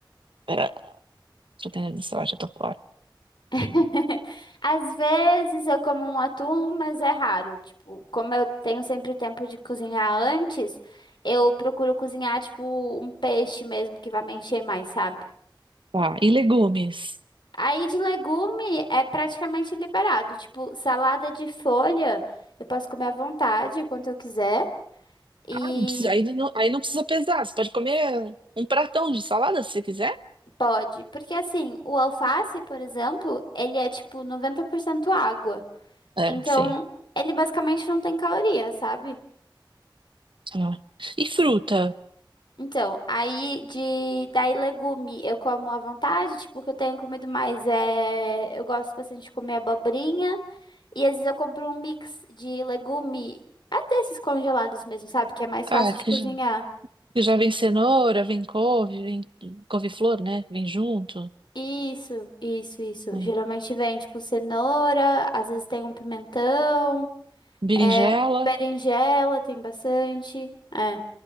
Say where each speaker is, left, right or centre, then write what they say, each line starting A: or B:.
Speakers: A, on the right; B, on the left.
A: É, proteína de soja, tô fora.
B: <laughs> Às vezes eu como um atum, mas é raro. Tipo, como eu tenho sempre tempo de cozinhar antes, eu procuro cozinhar, tipo, um peixe mesmo que vai me encher mais, sabe?
A: Tá. E legumes?
B: Aí de legume é praticamente liberado. Tipo, salada de folha, eu posso comer à vontade, quanto eu quiser. E
A: Ah, não precisa, aí não, aí não precisa pesar. Você pode comer um pratão de salada se você quiser.
B: pode. Porque assim, o alface, por exemplo, ele é tipo 90% água.
A: É,
B: Então,
A: sim.
B: ele basicamente não tem caloria, sabe?
A: Ah. E fruta?
B: Então, aí de daí legume eu como à vontade, tipo, o que eu tenho comido mais é, eu gosto bastante de comer abobrinha. E às vezes eu compro um mix de legume, ah, desses congelados mesmo, sabe? Que é mais
A: Ah,
B: fácil de
A: que
B: cozinhar.
A: já, que já vem cenoura, vem couve, vem couve-flor, né? Vem junto.
B: Isso, isso, isso.
A: Ah.
B: Geralmente vem, tipo, cenoura, às vezes tem um pimentão,
A: Berinjela.
B: é, berinjela, tem bastante, é,